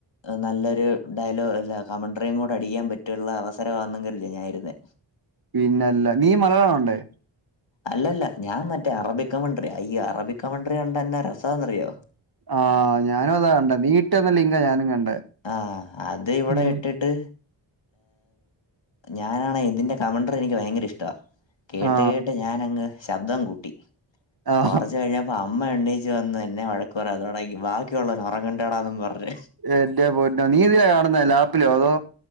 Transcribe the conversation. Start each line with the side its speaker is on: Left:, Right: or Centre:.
Left: നല്ലൊരു ഡയലോഗ് അല്ല കമൻറിയും കൂടെ അടിക്കാൻ പറ്റുള്ള അവസരമാണെങ്കിലല്ല പിന്നെ
Right: പിന്നെല്ല നീ മലയാണോണ്ടേ
Left: അല്ലല്ല ഞാൻ മറ്റേ അറബി കമണ്ട്രി അയ്യോ അറബി കമട്രി കണ്ടന്നാ രസാന്ന്റിയോ
Right: ആഹ് ഞാനും അതാ കണ്ട നീട്ട എന്ന ലിങ്ക ഞാനും കണ്ടേ
Left: ആഹ് അത് ഇവിടെ
Right: ഉം
Left: ഇട്ടിട്ട് ഞാനാണ് ഇതിൻ്റെ കമൻണ്ടർ എനിക്ക് ഭയങ്കര ഇഷ്റ്റാ കേട്ട്
Right: ആ
Left: കേട്ട് ഞാനങ്ങ് ശബ്ദം കൂട്ടി
Right: ആ
Left: കൊറച്ച് കഴിഞ്ഞപ്പോ അമ്മ എണീച്ചു വന്ന് എന്നെ വഴക്ക് പറയാൻ തൊടങ്ങി ബാക്കിയുള്ളവർ ഉ റങ്ങട്ടെ ന്നും പറേഞ്
Right: എന്റെ പൊന്നു നീ ഏതിൽ ആ കാണുന്ന ലാപ്പിലോ അതോ